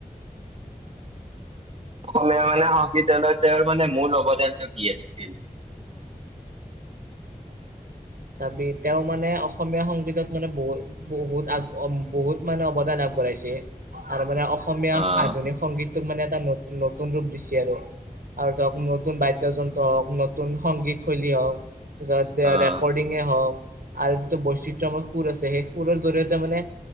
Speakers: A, on the right; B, on the right.
A: অসম মানে হকী তেওঁত তেওঁৰ মানে মূল অৱদানটো কি আছিল
B: তাৰাপি তেওঁ মানে অসমীয়া সংগীতত মানে বহুত বহুত আগ বহুত মানে অৱদান আগবঢ়াইছে আৰু মানে অ অসমীয়া
A: আহ
B: আধুনিক সংগীতটোক মানে এটা নতুন ৰূপ দিছে আৰু আৰু ধৰক নতুন বাদ্যযন্ত্ৰ হওক নতুন সংগীত শৈলী হওক তাৰপিছত
A: আহ।
B: হওক আৰু যিটো বৈচিত্ৰময় সুৰ আছে সেই সুৰৰ জৰিয়তে মানে